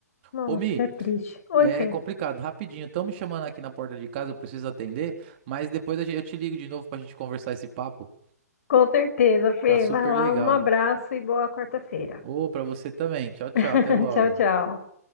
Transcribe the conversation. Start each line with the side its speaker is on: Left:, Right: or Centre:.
Left: Nossa,
Right: Ô, Mi,
Left: é triste. Oi,
Right: é
Left: Fê.
Right: complicado, rapidinho. Estão me chamando aqui na porta de casa, eu preciso atender, mas depois a gen- eu te ligo de novo pra gente conversar esse papo.
Left: Com certeza, Fê.
Right: Tá super
Left: Vai lá,
Right: legal.
Left: um abraço e boa quarta-feira.
Right: Ô, pra você também. Tchau, tchau.
Left: <laughs>
Right: Até logo.
Left: Tchau, tchau.